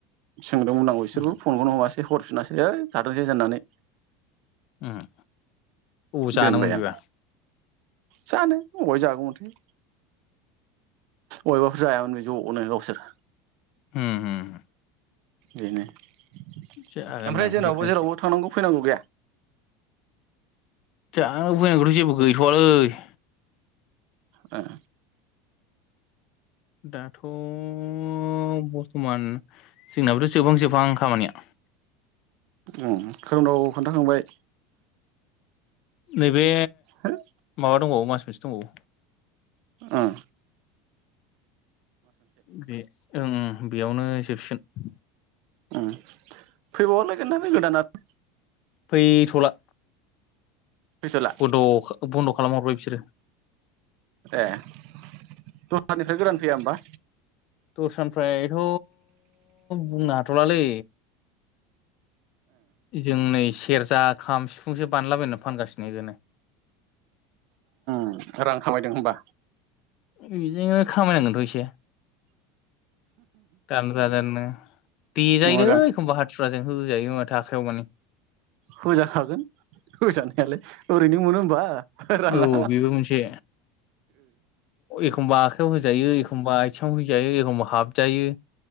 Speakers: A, on the right; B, on the left.
A: सोंदोंमोन आं बिसोरखौ
B: उम
A: फनखौनो ह'मासै हरफिनासै है थाथोंसै होननानै
B: अम औ
A: दोनबाय
B: जानो मोन
A: आं
B: बिबा
A: जानो अबाय जागौमोनथाय अबेबाफोर जायामोन बे ज'नो गावसोर
B: अम अम अम
A: बेनो ओमफ्राय
B: जागोनदां
A: जोंनावबो
B: बेखायनोसो
A: जेरावबो थांनांगौ फैनांगौ गैया
B: दा फैनायखौथ' जेबो गैथ'आलै
A: ओं
B: दा थ' बर्थमान जोंनाबोथ' जोबहां-जोबहां खामानिया
A: अम खोरोमदाव खोन्थाखांबाय
B: नै बे
A: हो
B: माबा दंबावो मास से दंबावो
A: अम
B: बे ओं ओं बेयावनो जोबसिगोन
A: अम फैबावगोनलै बे गोदान आब
B: फैथ'ला
A: फैथ'ला
B: बन्द' <unintelligible> बन्द' खालामहरबाय बिसोरो
A: ए <inaudible> फाय गोदानन फैया होमबा।
B: दसतानिफ्रायथ' बुंनो हाथ'लालै जोंनै सेरजा खाम सिफुंसो बानलाबायना फानगासिनो <inaudible>
A: <unintelligible> रां खामायदों होमबा।
B: बिदिनो खामायनांगोनथ' एसे तान जागोननो देजायोलै
A: मोजां
B: <unintelligible> <unintelligible> होजायो माथो आखायाव मानि
A: होजाखागोन होजानायालाय ओरैनो मोनो होमबा राङा
B: औ बेबो मोनसे एखमबा आखाइयाव होजायो एखमबा आथिङाव हो- जायो एखमबा हाबजायो।